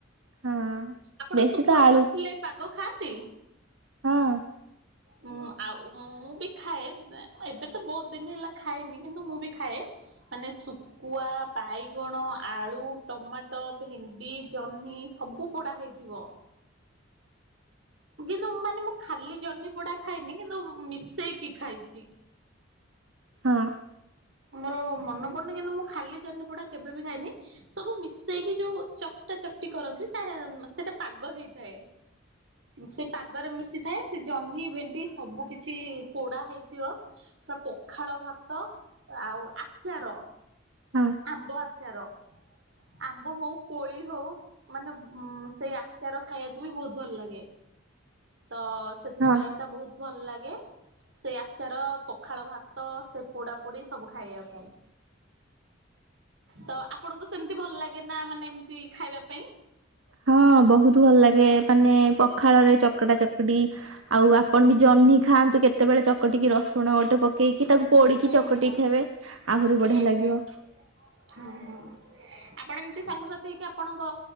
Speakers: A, on the right; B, on the right.
A: ହଁ
B: ଆପଣ
A: ବେଶୀ
B: ଶୁଖୁଆ
A: ତ ଆଳୁ
B: ଚଖଥିଲେ ପାଗ ଖାଆନ୍ତି?
A: ହଁ।
B: ହଁ ଆଉ ମୁଁ ବି ଖାଏ ଏବେ ତ ବହୁତ ଦିନ ହେଲା ଖାଏନି କିନ୍ତୁ ମୁଁ ବି ଖାଏ। ମାନ ସୁ କୁଆ ବାଇଗଣ ଆଳୁ ଟମାଟୋ ଭେଣ୍ଡି ଜହ୍ନି ସବୁ ପୋଡ଼ା ହେଇଛି। ଥିବ କିନ୍ତୁ ମାନେ ମୁଁ ଖାଲି ଜହ୍ନି ପୋଡା ଖାଇନି କିନ୍ତୁ ମିଶେଇକି ଖାଇଛି।
A: ହଁ।
B: ମୋର ମନେ ପଡନି କିନ୍ତୁ ମୁଁ ଖାଲି ଜହ୍ନିପୋଡା କେବେ ବିି ଖାଇନି। ସବୁ ମିଶେଇକି ଯୋଉ ଚକଟା ଚକଟି କରନ୍ତି ତା ସେଟା ପାଗ ହେଇଥାଏ। ସେ ପାଗରେ ମିଶିଥାଏ ସେ ଜହ୍ନି ଭେଣ୍ଡି। ସବୁ କିଛି ପୋଡା ହେଇଥିବ ପୁରା ପଖାଳ ଭାତ। ଆଉ ଆଚାର
A: ହଁ
B: ଆମ୍ବ ଆଚାର ଆମ୍ବ ହୋଉ। କୋଳି ହଉ ମାନେ ସେଇ ଆଚାର ଖାଇବାକୁ ବି ବହୁତ ଭଲ ଲାଗେ। ତ ସେଥିପାଇଁକା
A: ହଁ।
B: ବହୁତ ଭଲ ଲାଗେ। ସେ ଆଚାର ପଖାଳ ଭାତ ସେ ପୋଡା ପୋଡି ସବୁ ଖାଇବାକୁ। ତ ଆପଣଙ୍କୁ ସେମିତି ଭଲ ଲାଗେ ନା ମାନେ ଏମିତି ଖାଇବା ପାଇଁ?
A: ହଁ ବହୁତ ଭଲ ଲାଗେ ମାନେ ପଖାଳରେ ଚକଡା ଚକଡି। ଆଉ
B: ହୁଁ
A: ଆପଣ ବି
B: ହୁଁ
A: ଜହ୍ନି ଖାଆନ୍ତୁ କେତେବେଳେ ଚକଟିକି ରସୁଣ ଗୋଟେ ପ କେଇକି ତାକୁ ପୋଡିକି
B: ହୁଁ
A: ଚକଟିିକ
B: ହୁଁ
A: ଖାଇବେ ଆହୁରି
B: ହୁଁ
A: ବଢିଆ ଲାଗିବ।
B: ହୁଁ। ହୁଁ ହୁଁ ଆପଣ ଏମିତି ସାଙ୍ଗସାଥି କି ଆପଣଙ୍କ